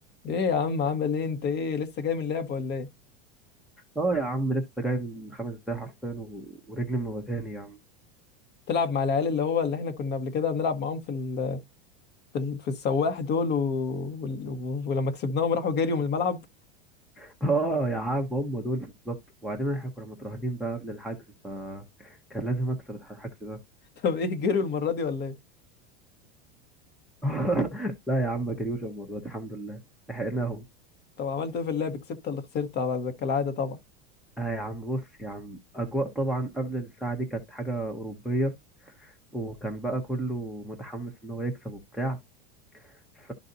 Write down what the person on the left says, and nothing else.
ايه يا عم عامل ايه انت ايه لسه جاي من اللعب ولا ايه
تلعب مع العيال اللي هو اللي احنا كنا قبل كده بنلعب معاهم في ال... في, ال... في السواح دول و... وال- و... ولما كسبناهم راحوا جريوا من الملعب
<laughs> طب ايه جريوا المرة دي ولا ايه
طب عملت ايه في اللعب كسبت ولا خسرت على زي كالعادة طبعا